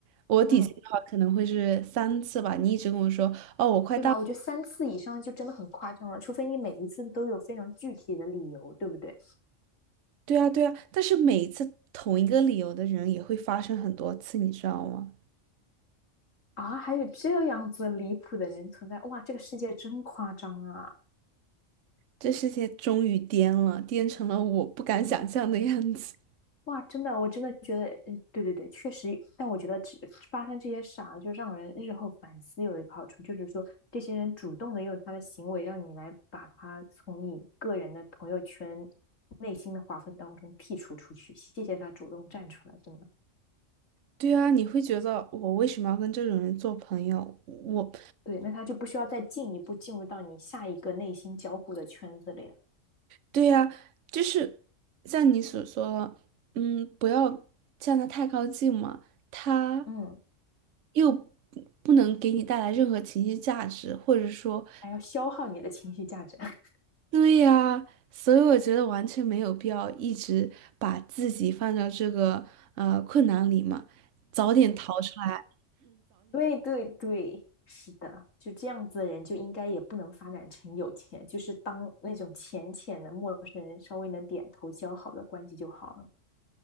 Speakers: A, on the right; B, on the left.
A: 我底线的话可能会是三次吧，
B: 嗯，
A: 你一直跟我说。哦，我快到
B: 对吧？我觉得三次以上就真的很夸张了，除非你每一次都有非常具体的理由，对不对？
A: 对啊，对啊，但是每一次同一个理由的人也会发生很多次，你知道吗？
B: 啊，还有这样子离谱的人存在，哇，这个世界真夸张啊！
A: 这世界终于颠了，颠成了我不敢想象的样子。
B: 哇，真的，我真的觉得，嗯，对对对，确实，但我觉得只发生这些傻，就让人日后反思有一个好处，就是说这些人主动的用他的行为让你来把他从你个人的朋友圈内心的划分当中剔除出去，谢谢他主动站出来，真的，
A: 对啊，你会觉得我为什么要跟这种人做朋友？我，
B: 对，那他就不需要再进一步进入到你下一个内心交互的圈子里了，
A: 对呀，就是像你所说的，嗯，不要向他太靠近嘛，他
B: 嗯，
A: 又不不能给你带来任何情绪价值，或者说。
B: 还要消耗你的情绪价值。<laughs>
A: 对呀，所以我觉得完全没有必要一直把自己放到这个呃困难里嘛，早点逃出来。
B: 对对对，是的，就这样子的人就应该也不能发展成有钱，就是当那种浅浅的陌生人，稍微能点头交好的关系就好了。